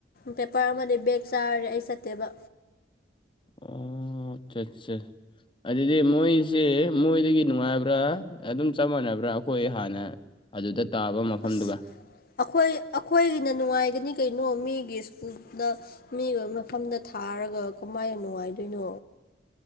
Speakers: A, on the left; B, on the left.
A: ꯄꯦꯄꯔ ꯑꯃꯗꯤ ꯕꯦꯦꯛ ꯆꯥꯔꯔꯦ ꯑꯩ ꯆꯠꯇꯦꯕ
B: ꯑꯣ ꯑꯆꯥ ꯑꯆꯥ ꯑꯗꯨꯗꯤ ꯃꯣꯏꯁꯤꯦ ꯃꯣꯏꯗꯒꯤ ꯅꯨꯡꯉꯥꯏꯕ꯭ꯔꯥ ꯑꯗꯨꯝ ꯆꯞ ꯃꯥꯟꯅꯕ꯭ꯔꯥ ꯑꯩꯈꯣꯏ ꯍꯥꯟꯅ ꯑꯗꯨꯗ ꯇꯥꯕ ꯃꯐꯝꯗꯨꯒ
A: ꯑꯁ ꯑꯩꯈꯣꯏ ꯑꯩꯈꯣꯏꯒꯤꯅ ꯅꯨꯡꯉꯥꯏꯒꯅꯤ ꯀꯩꯅꯣ ꯃꯤꯒꯤ ꯁ꯭ꯀꯨꯜꯗ ꯃꯤꯒ ꯃꯐꯝꯗ ꯊꯥꯔꯒ ꯀꯃꯥꯏ ꯌꯥꯝ ꯅꯨꯡꯉꯥꯏꯗꯣꯏꯅꯣ